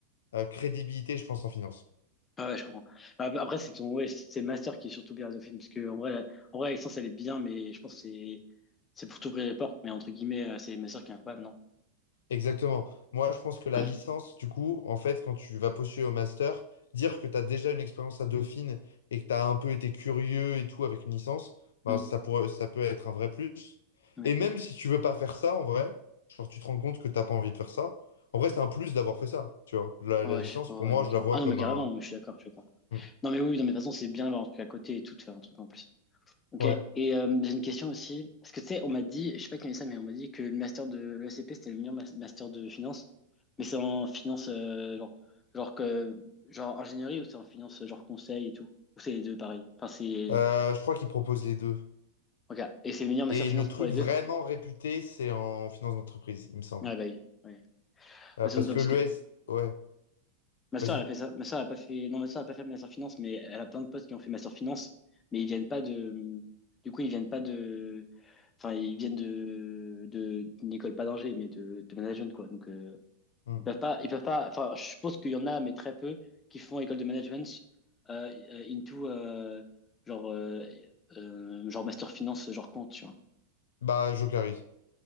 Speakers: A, on the left (about 60°); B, on the left (about 20°).
A: euh, crédibilité, je pense, en finance.
B: Ah ouais, je comprends. Ah, bah, Après, c'est ton, ouais, c'est le master qui est surtout bien de film, parce que en vrai, la- en vrai, la licence, elle est bien, mais je pense que c'est, c'est pour t'ouvrir les portes, mais entre guillemets, euh, c'est le master qui est incroyable, non?
A: Exactement. Moi, je pense que la
B: <clears throat>
A: licence, du coup, en fait, quand tu vas postuler au master, dire que tu as déjà une expérience à Dauphine et que tu as un peu été curieux et tout avec une licence, ben,
B: Hmm,
A: ça pourrait, ça peut être un vrai plus.
B: ouais.
A: Et même si tu veux pas faire ça, en vrai, genre tu te rends compte que t'as pas envie de faire ça, en vrai, c'est un plus d'avoir fait ça, tu vois. La,
B: Ah
A: la
B: Ouais,
A: licence,
B: je- ouais,
A: pour
B: ouais,
A: moi,
B: non, mais
A: je
B: carrément.
A: la vois
B: Ah non,
A: comme
B: mais carrément,
A: un...
B: mais je suis d'accord, je suis d'accord.
A: Hmm.
B: Non, mais oui, oui, non, mais de toute façon, c'est bien d'avoir un truc à côté et tout, de faire un truc en plus. Ok,
A: Ouais.
B: et euh, j'ai une question aussi, parce que tu sais, on m'a dit, je sais pas qui m'a dit ça, mais on m'a dit que le master de l'ECP, c'était le meilleur mas- master de finance, mais c'est en finance, euh, genre, genre, que, genre ingénierie ou c'est en finance, euh, genre conseil et tout, ou c'est les deux pareil, enfin c'est,
A: Euh, je crois qu'ils proposent les deux.
B: ok, et c'est le meilleur master
A: Et
B: finance
A: le truc
B: pour les
A: vraiment
B: deux?
A: réputé, c'est en finance d'entreprise, il me semble.
B: Ouais, bah oui, ouais.
A: Euh,
B: Ça sonne
A: parce
B: pas
A: que
B: parce
A: le
B: que,
A: S, Ouais,
B: Ma soeur,
A: vas-y.
B: elle a fait ça. Ma soeur, elle a pas fait. Non, ma soeur, elle a pas fait Master Finance, mais elle a plein de potes qui ont fait Master Finance, mais ils viennent pas de. Du coup, ils viennent pas de. Enfin, ils viennent de de d'une école pas d'Angers, mais de de management quoi. Donc, euh,
A: Hmm.
B: ils peuvent pas. Ils peuvent pas. Enfin, je suppose qu'il y en a, mais très peu qui font école de management euh, into euh, genre euh, euh, genre Master Finance, genre compte, tu vois.
A: Bah, Jocaris.